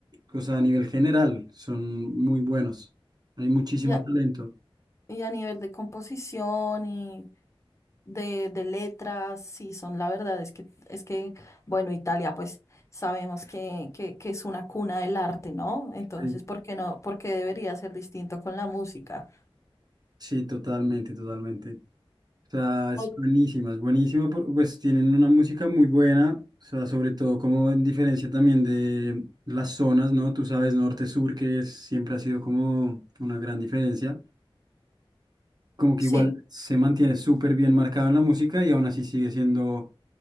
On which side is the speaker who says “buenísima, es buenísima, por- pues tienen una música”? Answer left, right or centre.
Right